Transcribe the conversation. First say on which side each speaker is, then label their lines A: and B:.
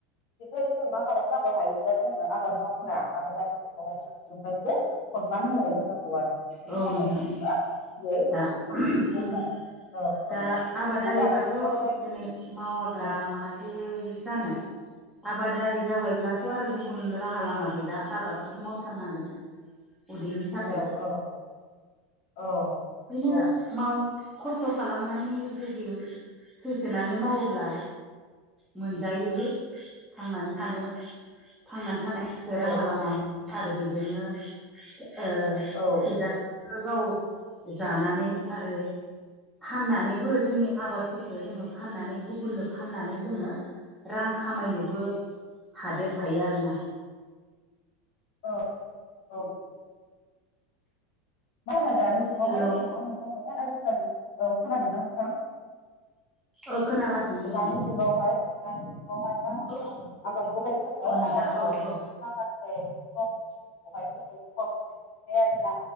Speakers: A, on the left; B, in the centre.
A: बेखायनो जों मा खालामनांगौ हायोब्ला जोङो आबाद मावग्रा आबादारिफोरखौहाय जोङो जेब्लायबो <unintelligible> मान होनो रोंनांगौ आरो बिसोरनि
B: औ
A: थाखाय
B: नोंथां
A: जोङो
B: ओं
A: दिनै
B: दा
A: थांनानै
B: <unintelligible>
A: दं
B: उम
A: आरो औ
B: दा
A: औ
B: आबादारिफ्राथ'
A: खिन्थु दानि जुगावहाय
B: दिनै मावाब्ला
A: औ
B: माहाथो जानो आबादारि जाबायब्लाथ' आरो गुबुन राहा लामा गैला आबादखौथ' मावथारनांगोन उदैनि थाखाय
A: औ औ औ
B: बिनो
A: औ
B: माव खस्थ' खालामनानै जुदि सैसोनानै मावोब्ला मोनजायोबो थांनानै थानो थांनानै थानायनि
A: औ
B: राहा लामा मोनो आरो बेजोंनो ओ
A: औ
B: थोजासे गाव जानानै आरो फाननानैबो जोंनि आबादफोरखौ जोङो फाननानै गुबुननो फाननानै जोङो रां खामायनोबो हादेर फायो आरो ना
A: औ औ मा होनो दानि जुगावहाय
B: हेल'
A: जों मा नुनो मोनो आजिखालि औ खोनादों ना नोंथां
B: ओ खोनागासिनो दङ
A: दानि जुगावहाय दानि जुगावहाय मा होनो
B: औ
A: आबादखौहाय जोङो
B: औ नोंथां
A: आबाद मावनायनि
B: औ औ
A: माखासे <unintelligible> मा